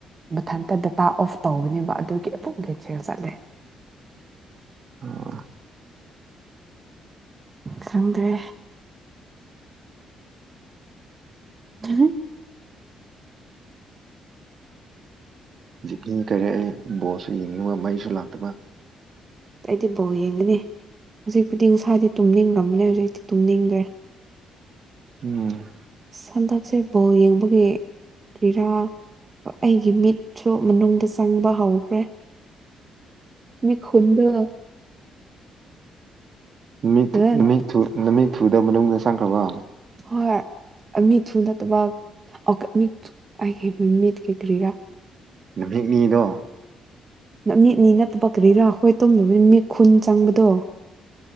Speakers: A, on the right; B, on the right.
A: ꯃꯊꯟꯇ ꯗꯇꯥ ꯑꯣꯐ ꯇꯧꯕꯒꯅꯦꯕ ꯑꯗꯨꯒꯤ ꯄꯨꯡꯒꯤꯁꯦꯡ ꯆꯠꯂꯦ
B: ꯑ
A: ꯈꯪꯗ꯭ꯔꯦ ꯎꯝ
B: ꯖꯤꯞꯅꯤꯡ ꯀꯩꯔꯛꯑꯦ ꯕꯣꯁꯁꯨ ꯌꯦꯡꯅꯤꯡꯕ ꯃꯩꯁꯨ ꯂꯥꯛꯇꯕ
A: ꯑꯩꯗꯤ ꯕꯥꯎ ꯌꯦꯡꯒꯅꯤ ꯍꯧꯖꯤꯛꯄꯨꯗꯤ ꯉꯁꯥꯗꯤ ꯇꯨꯝꯅꯤꯡꯈ꯭ꯔꯕꯅꯦ ꯍꯧꯖꯤꯛꯇꯤ ꯇꯨꯝꯅꯤꯡꯗ꯭ꯔꯦ
B: ꯎꯝ
A: ꯍꯟꯗꯛꯁꯦ ꯕꯣꯜ ꯌꯦꯡꯕꯒꯤ ꯀ꯭ꯔꯤꯔꯥ ꯑꯩꯒꯤ ꯃꯤꯠꯁꯨ ꯃꯅꯨꯡꯗ ꯆꯪꯕ ꯍꯧꯈ꯭ꯔꯦ ꯃ ꯈꯨꯟꯗ
B: ꯅꯨꯃꯤ
A: ꯐꯖꯅ
B: ꯅꯨꯃꯤꯠ ꯅꯨꯃꯤꯠ ꯊꯨꯗ ꯃꯅꯨꯡꯗ ꯆꯪꯈ꯭ꯔꯕ
A: ꯍꯣꯏ ꯃꯤꯠꯁꯨꯨ ꯅꯠꯇꯕ ꯃꯤ ꯃꯤꯠ ꯀ ꯀ꯭ꯔꯤꯔꯥ
B: ꯅꯨꯃꯤꯠꯅꯤꯗꯣ
A: ꯃꯤꯠꯅꯤ ꯅꯠꯇꯕꯛ ꯀꯔꯤꯔꯥ ꯑꯩꯈꯣꯏ ꯇꯣꯝꯗꯕ ꯃꯤ ꯈꯨꯟ ꯆꯪꯕꯗꯣ